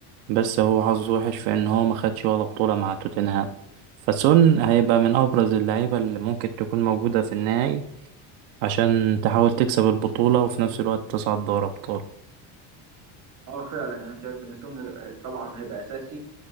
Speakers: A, on the right; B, on the right.
A: بس هو حظه وحش في إن هو ما خدش ولا بطولة مع توتنهام فسون هيبقى من أبرز اللعيبة اللي ممكن تكون موجودة في النهائي عشان تحاول تكسب البطولة وفي نفس الوقت تصعد دوري أبطال
B: اه فعلا انا شايف ان سون آه، طبعا هيبقى اساسي